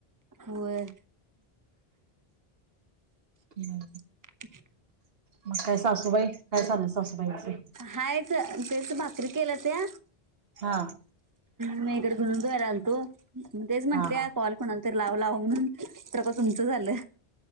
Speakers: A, on the right; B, on the right.
A: होय..
B: हम्
A: <inaudible>
B: मग काय सासूबाई काय चाललं सासूबाईचे?
A: हायत तेच भाकरी केल्या त्या
B: हा
A: मी इकडे धुणं धुवायला आलतो मग तेच म्हंटलया
B: हा हा
A: कॉल कोण तर लाव लाव म्हणून तवर का तुमचं आलं.